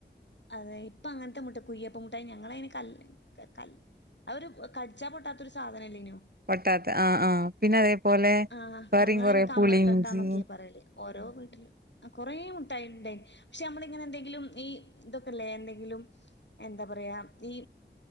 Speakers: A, on the left (about 70°); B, on the right (about 55°).
A: അതെ ഇ ഇപ്പൊ അങ്ങനത്തെ മുട്ട കുയ്യപ്പ മുട്ടായി ഞങ്ങള അയ്ന് കല്ല് കൽ അവ ഒരു കടിച്ചാ പൊട്ടാത്ത ഒരു സാധനല്ലേന്യോ
B: പൊട്ടാത്ത ആഹ് ആഹ് പിന്നെ അതേപോലെ
A: ആഹ്
B: വേറി
A: ഞങ്ങളയിന്
B: കൊറെ
A: കമർക്കട്ടാന്നൊക്കെ
B: പുളിഞ്ചിം
A: പറയല് ഓരോ വീട്ടിലും അ കൊറേ മുട്ടായി ഉണ്ടായിന് പക്ഷെ നമ്മള ഇങ്ങനെ എന്തെങ്കിലും ഈ ഇതൊക്കെല്ലേ എന്തെങ്കിലും എന്താ പറയാ ഈ